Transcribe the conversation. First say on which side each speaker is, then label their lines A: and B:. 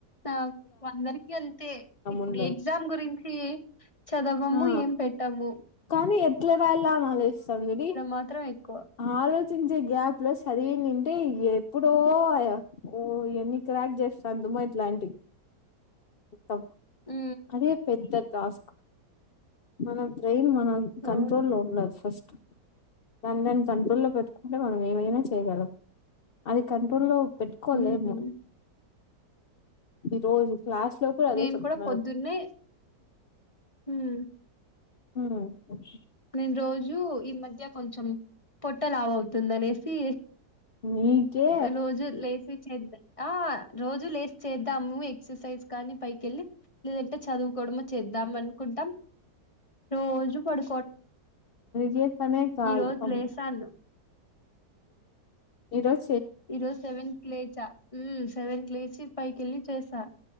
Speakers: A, on the left; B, on the left.
A: ఆ అందరికి అంతే ఇప్పుడు
B: ఉండదు
A: ఎగ్జామ్ గురించి చదవము
B: ఆ
A: ఏం పెట్ట ము
B: కానీ ఎట్ల వ్రాయాలని ఆలోచిస్తాం గానీ
A: మాత్రం ఎక్కువ
B: ఆలోచన చించే గ్యాప్ లో సదివిందింటే ఎప్పుడో ఆ ఓ ఎన్ని క్రాక్ చేస్తా తమ్మో ఇట్లాంటి ఆ
A: ఉ
B: అదే పెద్ద టాస్క్ మన బ్రెయిన్ మనం కంట్రోలో
A: అవును
B: ఉండాలి ఫస్ట్ దాన్ని నేను కంట్రోల్లో పెట్టుకుంటే మనం ఏమైనా చేయగలం అది కంట్రోల్లో పెట్టుకోలేము
A: ఉమ్
B: ఈ రోజు క్లాస్ లో అదే
A: నేను
B: చెప్తున్నారు
A: కూడా పొద్దున్నే ఉమ్
B: ఉమ్
A: నేను రోజు ఈ మధ్య కొంచెం పొట్ట లావవుతుంది అనేసి
B: నీకే
A: రోజు లేసి చేద్ద ఆ రోజు లేస్ చేద్దాము ఎక్సర్సైజ్ కానీ పైకేళ్ళి లేదంటే చదువుకో కోడమ చేద్దాం అనుకుంటాం రోజు పడు
B: చేసే పనే కాదు
A: ఈ రోజు
B: ఉమ్
A: లేసాను
B: ఈరోజ్
A: ఈ రోజు సెవెన్ లేచా సెవెన్ లేచి పైకిళ్ళి చేసా